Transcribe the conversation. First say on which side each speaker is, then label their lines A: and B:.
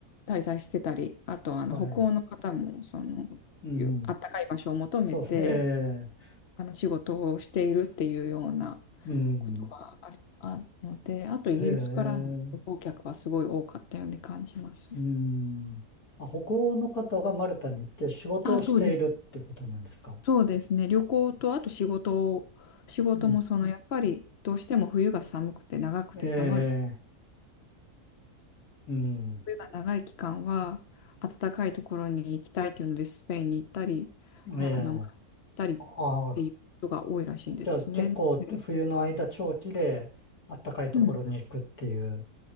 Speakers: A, on the left; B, on the left.
A: 滞在してたりあとあの北欧の方もそのゆあったかい場所を求めて
B: はい、うん、そう、ええ、
A: あの仕事をしているっていうような
B: うん、
A: ことがある、あるのであとイギリスからの旅行客はすごい多かったように感じます。
B: ええ、うん。あ、北欧の方がマルタに行って仕事をしているっていうことなんですか
A: あ、そうです。そうですね。旅行とあと仕事を仕事もそのやっぱりどうしても冬が寒くて長くて寒い
B: うん、ええ、うん、
A: 冬が長い期間は暖かいところに行きたいというのでスペインに行ったり、
B: ええ、
A: あの、行ったりっ
B: あ
A: ていうことが多いらしいんですね。
B: じゃあ結構冬の間長期であったかいところに行くっていう、
A: で、うん、